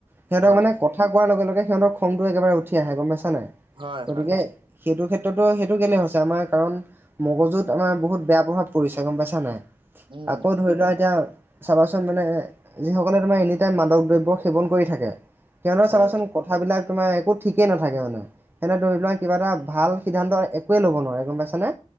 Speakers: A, on the right; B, on the right.
A: সিহঁতক
B: হয়,
A: মানে ক থা কোৱাৰ লগে লগে সিহঁতৰ খংটো একেবাৰে উঠি আহে। গম পাইছা নাই?
B: হয়,
A: গতিকে,
B: হয়,
A: সেইটো ক্ষেত্ৰতো, সেইটো কেলে হৈছে আমাৰ কাৰণ মগজুত আমাৰ বহুত বেয়া প্ৰভাৱ পৰিছে গম পাইছা নাই?
B: উম,
A: আকৌ ধৰিলোৱা এতিয়া চাবাচোন মানে যিসকলে তোমাৰ এনিটাইম মাদক দ্ৰব্য সেৱন কৰি থাকে। সিহঁতক
B: হয়,
A: চাবাচোন কথাবিলাক তোমাৰ একো ঠিকেই নাথাকে মানে। এনে ধৰিলোৱা কিবা এটা ভাল সিদ্ধান্ত একোৱে ল'ব নোৱাৰে গম পাইছ নে?